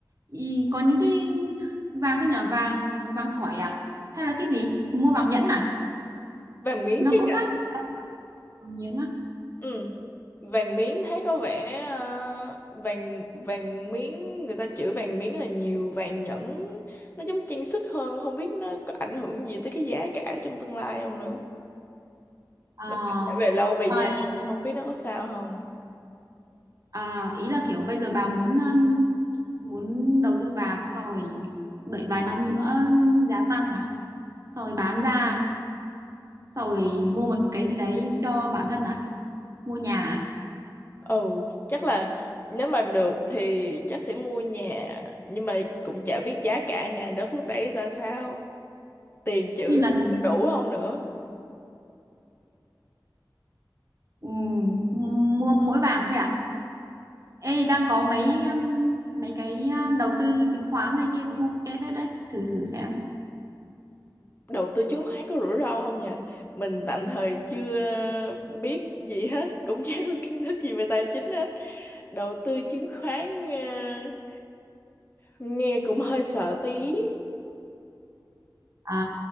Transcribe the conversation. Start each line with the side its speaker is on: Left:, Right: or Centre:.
Right: Ý, có những cái vàng sao nhỉ, vàng vàng thỏi à? Hay là cái gì? Mua vàng nhẫn à?
Left: Vàng miếng
Right: Nó
Left: chứ
Right: có
Left: nhỉ?
Right: khác vàng miếng á?
Left: Ừ, vàng miếng thấy có vẻ ờ, vàng vàng miếng người ta chữ vàng miếng là nhiều vàng nhẫn nó giống trang sức hơn không biết nó có ảnh hưởng gì tới cái giá cả trong tương lai không nữa.
Right: À,
Left: Nếu mà để về lâu về dài
Right: rồi,
Left: không biết nó có sao không.
Right: à, ý là kiểu bây giờ bà muốn ừm, muốn đầu tư vàng sau rồi đợi vài năm nữa giá tăng à? Sau rồi bán ra, sau rồi mua một cái gì đấy cho bản thân à? Mua nhà à?
Left: ừ chắc là nếu mà được thì chắc sẽ mua nhà nhưng mà cũng chả biết giá cả nhà đất lúc đấy ra sao tiền chữ
Right: Như là
Left: có đủ không nữa
Right: Ừ, mua mỗi vàng thôi à? Ê, đang có mấy um, mấy cái uh, đầu tư chứng khoán này kia cũng ok phết đấy, thử thử xem.
Left: đầu tư chứng khoán có rủi ro không nhỉ mình tạm thời chưa biết gì hết cũng <laughs> chả có kiến thức gì về tài chính hết đầu tư chứng khoán ờ, nghe cũng hơi sợ tí
Right: À,